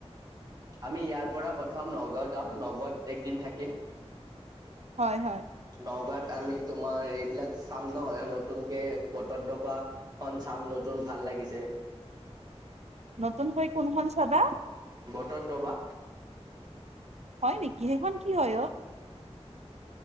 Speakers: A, on the right (about 35°); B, on the right (about 80°).
A: আমি ইয়াৰ পৰা প্ৰথম নগাঁও যাম, নগাঁৱত একদিন থাকিম।
B: হয় হয়।
A: নগাঁৱাত আমি তোমাৰ এইবিলাক চাম ন নতুনকে বটদ্ৰৱা খন চাম, নতুন ভাল লাগিছে।
B: নতুনকৈ কোনখন চাবা?
A: বটদ্ৰৱা।
B: হয় নেকি? সেখন কি হয় অ?